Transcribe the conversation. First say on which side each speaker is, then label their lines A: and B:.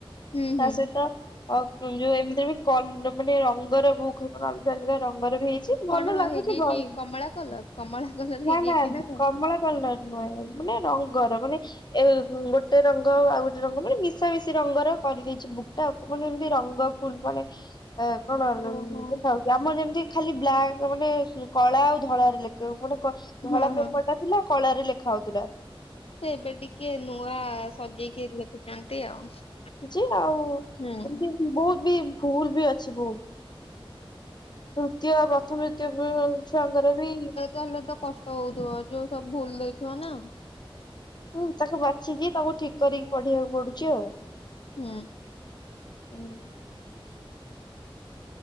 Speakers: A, on the left; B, on the left.
A: ହୁଁ
B: ତା
A: ହୁଁ।
B: ସହିତ ଆଉ ଯୋଉ ଏମିତିରେ ବି କନ୍ ମାନେ ରଙ୍ଗର ବୁକ ହବନା ଅଲଗା ଅଲଗା ରଙ୍ଗର ବି ହେଇ ସେ ଭଲ
A: କଣ
B: ଲାଗୁଛି
A: ହେଇଯାଇଛି
B: ବହି
A: କମଳା କଲର କମଳା କଲର
B: ନା
A: ହେଇଯାଇଛି
B: ନା
A: କଣ?
B: କମଳା କଲର। ନୁହେଁ ମାନେ ରଙ୍ଗର ମାନେ ଏ ଗୋଟେ ରଙ୍ଗ ଆଉ ଗୋଟେ ରଙ୍ଗ ମାନେ ମିଶାମିଶି ରଙ୍ଗର କରିଦେଇଚି ବୁଟକ୍ ମାନେ ଏମିତି ରଙ୍ଗ ଫୁଲ୍ ଜଣେ କଣ ଦେଖାଯାଉ
A: ଓହୋ
B: ଆମର ଯେମିତି ଖାଲି ବ୍ଲାକ୍ ମାନେ କଳା ଆଉ ଧଳାରେ ଲେଖ ପୁଣି କଣ ଧଳା
A: ହଁ
B: ପେପର
A: ହଁ
B: ଟା ଥିଲା କଳାରେ ଲେଖା ହୋଉଥିଲା।
A: ସେ ଏବେ ଟିକେ ନୂଆ ସଜେଇକି ଲେଖୁଛନ୍ତି ଆଉ।
B: ଯେ ଆଉ
A: ହୁଁ।
B: ଏମିତି ବହୁତ ବି ଭୁଲ୍ ବି ଅଛି ବହୁତ ତୃତୀୟ ପ୍ରଥମ ତୃତୀୟ ଛୁଆଙ୍କର ବି
A: କଲେ ତ କ ଷ୍ଟ ହୋଉଥିବ ଯୋଉ ସବୁ ଭୁଲ୍ ଦେଇଥିବ ନା।
B: ହୁଁ ତାକୁ ବାଛିକି ତାକୁ ଠିକ୍ କରିକି ପଢ଼ିବାକୁ ପଡୁଚି ଆଉ।
A: ହୁଁ।
B: ହୁଁ।